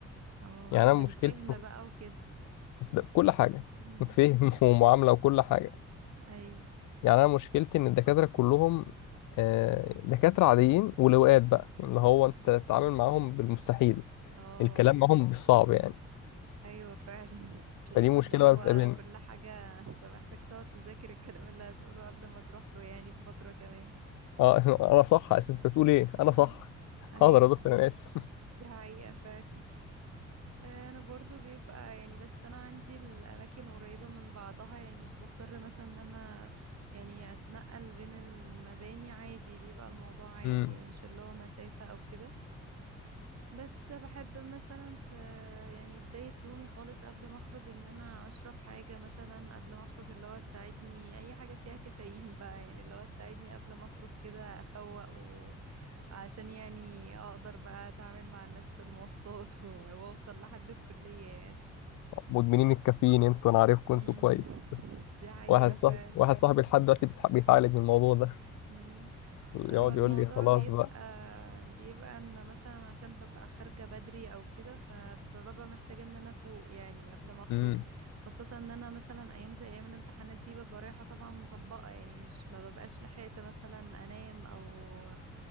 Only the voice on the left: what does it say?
يعني
أنا
مشكلتي في,
في في كل حاجة
<laughs> فهم ومعاملة وكل حاجة
يعني انا مشكلتي ان الدكاتره كلهم آه، دكاتره عاديين ولواءات بقى اللي هو انت تتعامل معاهم بالمستحيل
الكلام معاهم بالصعب يعني
فدي مشكله
بقى بتقابلني
اه <laughs> انا صح اساسا انت بتقول ايه انا
صح
حاضر يا دكتور انا اسف
<laughs> مم.
مدمنين الكافيين انتوا انا عارفكم
انتوا كويس
واحد صح
واحد <laughs> صاحبي لحد دلوقتي بيتح- بيتعالج من الموضوع ده
يقعد
يقول لي خلاص
بقى
مم.